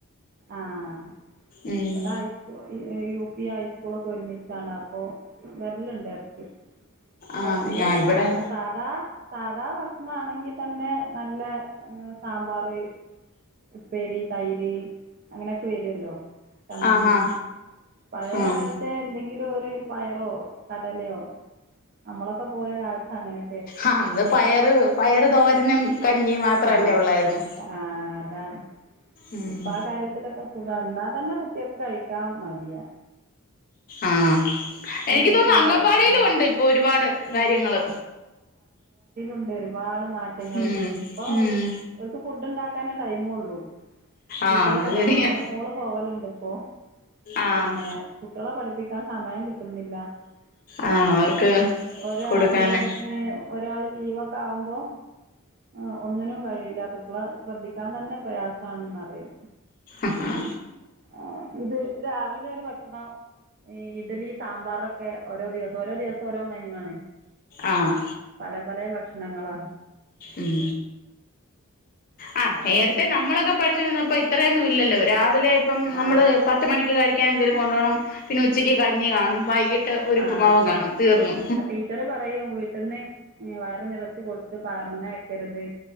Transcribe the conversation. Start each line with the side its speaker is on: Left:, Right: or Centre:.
Right: ആഹ്
Left: ഉം
Right: ഇവിടെ ഹസ്കൂ യു പി ഹൈസ്കൂൾ ഒക്കെ ഒരുമി കാണ അപ്പൊ വരലുണ്ട് ഇടക്ക്
Left: ആ
Right: അത് അല്ലേലും
Left: ആ ഇവിടെ
Right: സാധാ സാധാ ന്നാ ആണെങ്കി തന്നെ നല്ല സാമ്പാറ് ഉപ്പേരി തൈര് അങ്ങനെയൊക്കെ വരുവല്ലോ സമ്മന്തി
Left: ആഹാ
Right: പഴയ
Left: ആ
Right: കാലത്ത് എന്തെങ്കിലും പയറോ കടലയോ നമ്മളൊക്കെ പോയ കാലത്ത് അങ്ങനെെ
Left: ആ അന്ന് പയറ് പയറ് തോരനും കഞ്ഞി മാത്രല്ലേ
Right: ആഹ്
Left: ഒള്ളായിരുന്നു
Right: ആ അതാണ്
Left: ഉം
Right: ഇപ്പൊ ആ കാര്യത്തിലൊക്കെ സുഖ എന്നാ തന്നെ കുട്ടികൾക്ക് കഴിക്കാൻ മടിയാ
Left: ആഹ് എനിക്ക്
Right: ദിവസമൊക്കെ
Left: തോന്നുന്നു അങ്കമ്പാടിയിലും
Right: കഴിക്കില്ല
Left: ഉണ്ട് ഇപ്പോ ഒരുപാട് കാര്യങ്ങള്
Right: ണ്ട് ഒരുപാട് മാറ്റങ്ങള്
Left: ഉം
Right: ഇപ്പൊ
Left: ഉം
Right: ഒരുക്ക് ഫുഡ് ഉണ്ടാക്കാനേ ടൈമ് ഒള്ളൂ ടീച്ചറ്
Left: ആഹ് അത്
Right: പറയൂ
Left: ശരിയാ
Right: ഇവിടെ മോള് പോവലുണ്ട് ഇപ്പൊ
Left: ആഹ്
Right: പിന്നെ കുട്ടികളെ പഠിപ്പിക്കാൻ സമയം കിട്ടുന്നില്ല പിന്നെ
Left: ആഹ് അവർക്ക്
Right: ഒരാ
Left: കൊടുക്കാന്
Right: ചെല ഒരാള് ലീവൊക്കെ ആകുമ്പോ ആ ഒന്നിനും കഴിയില്ല കുട്ട്യളെ ശ്രദ്ധിക്കാൻ തന്നെ പ്രയാസമാണെന്ന അറിയും
Left: ആഹ് ആ
Right: ആഹ് ഇത് രാവിലെ ഒരു ഭക്ഷണം ഈ ഇഡലി സാമ്പാറൊക്കെ ഓരോ ദിവസം ഓരോ ദിവസം ഓരോ മന്യു ആണ്
Left: ആഹ്
Right: പല പല ഭക്ഷണങ്ങളാ
Left: ഉം ആഹ്
Right: അതൊക്കെ
Left: നേരത്തെ നമ്മളൊക്കെ പഠിച്ച വന്നപ്പോ ഇത്രയൊന്നും ഇല്ലല്ലോ ഒ രാവിലെ ഇപ്പം നമ്മൾ
Right: ആ
Left: പത്ത് മണിക്ക് കഴിക്കാൻ എന്തേലിലും കൊണ്ട് പോകണം പിന്നെ ഉച്ചയ്ക്ക് കഞ്ഞി കാണും വൈകിട്ട് ഒരുപ്പുമാവും
Right: ആഹ്
Left: കാണും തീർന്നു
Right: ടീച്ചറ് പറയും വീട്ടിൽന്ന് വയറ് നിറച്ച് കൊടുത്ത് പറഞ്ഞ് വക്കരുത്